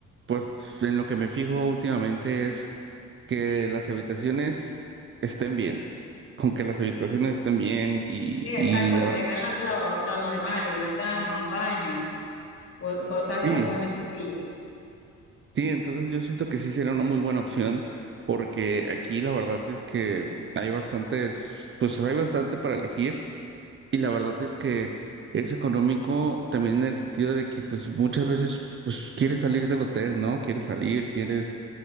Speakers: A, on the right; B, on the left.
A: pues en lo que me fijo últimamente es que las habitaciones estén bien, con que las habitaciones estén bien y,
B: Sí,
A: y
B: exacto,
A: la
B: que
A: verdad,
B: tengan la- lo, lo normal, una cama, un baño, co- cosas
A: sí,
B: comunes, sencillas,
A: sí, entonces yo siento que sí sería una muy buena opción porque aquí la verdad es que hay bastantes, pues hay bastante para elegir. Y la verdad es que es económico también en el sentido de que pues muchas veces pues quieres salir del hotel, ¿no? Quieres salir, quieres